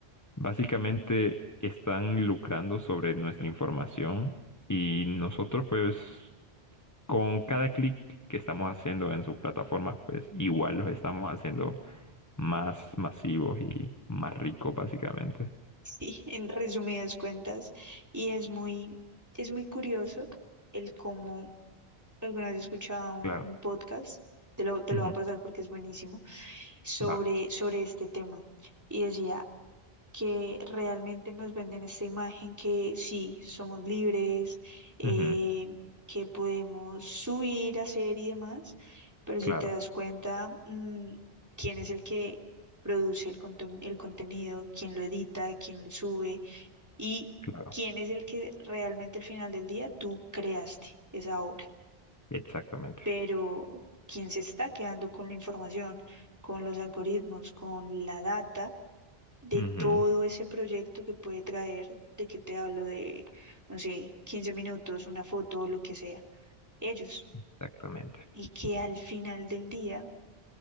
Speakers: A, on the left; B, on the right.
A: básicamente están lucrando sobre nuestra información y nosotros pues con cada clic que estamos haciendo en sus plataformas pues igual
B: ujú.
A: los estamos haciendo más masivos y más ricos básicamente.
B: Sí, <laughs> en resumidas cuentas, y es muy, es muy curioso el cómo alguna vez escuchaba un,
A: Claro.
B: un podcast, te lo, te
A: Ujú.
B: lo va a pasar porque es buenísimo sobre,
A: Va.
B: sobre este tema y decía que realmente nos venden esta imagen que sí, somos libres, eh,
A: Ujú.
B: que podemos subir, hacer y demás, pero
A: Claro,
B: si te das cuenta, mm, quién es el que produce el, conten- el contenido, quién lo edita, quién lo sube y
A: claro.
B: quién es el que realmente al final del día tú creaste esa obra
A: Exactamente.
B: pero quien se está quedando con la información, con los algoritmos, con la data de
A: Ujú.
B: todo ese proyecto que puede traer, de que te hablo de, no sé, 15 minutos, una foto o lo que sea, ellos,
A: Exactamente,
B: y que al final del día